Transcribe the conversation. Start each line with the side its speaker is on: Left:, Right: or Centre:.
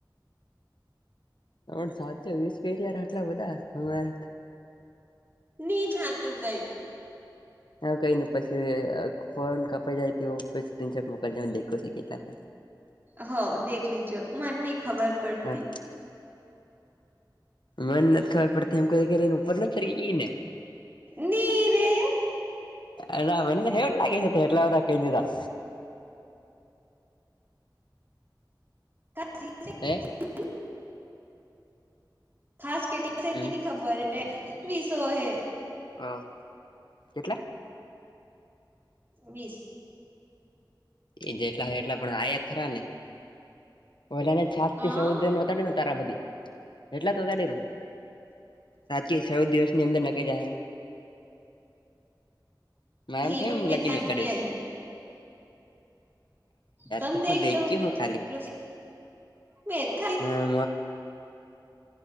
Left: હમ સાત વીસ કેરાર આટલા બધા અમા.
Right: ની થાતું કઈ.
Left: હા કઈ ન પછી ફોન કપાઈ જાય તો સ્ક્રીનશોટ મોકલ જો નેદેખવું છે કેટલા થયા.
Right: હ દેખ લીજો મન ની ખબર પડતી.
Left: હા મન નથ ખબર પડતી એમ કરી કરી ને ઉપર નથ ખરી ગઈ ને?
Right: નીરેે.
Left: અદ મને હ લાગે સ એટલા બધા કઈ દીધા.
Right: <unintelligible>
Left: હે
Right: ખાસ કેટલા થ
Left: હમ
Right: એની ખબર વિસો હે.
Left: હ કેટલે?
Right: વીસ.
Left: એ જેટલા એટલા પણ આયા તો ખરા ને? લાને છત થી
Right: હા
Left: સૌદનેતાડી <unintelligible> તારા બધી એટલા વતાડી <inaudible> રાજકીય ચૌદ દિવસની અંદર નખાઇ છે મારામ
Right: ઈ
Left: થ એમ
Right: મેં
Left: લાગીને
Right: ધ્યાન
Left: તળેરું.
Right: ની આલી
Left: <unintelligible>
Right: તમે
Left: તે
Right: દેખ
Left: હું દેખ્યું
Right: <inaudible>
Left: હું ખાલી
Right: લ હ <inaudible>
Left: હા